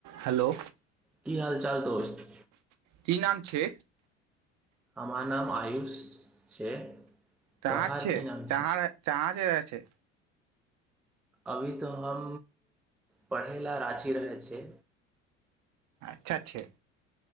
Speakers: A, on the right (about 50°); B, in the centre.
A: <inaudible> hello
B: की हाल चाल दोस्त
A: की नाम छै
B: हमर नाम आयुष छै
A: तहाँ
B: तोहार
A: छै
B: की नाम
A: तहाँ तहाँ <unintelligible>
B: अभी तऽ हम पढ़य लेल राची रहै छ
A: अच्छा छै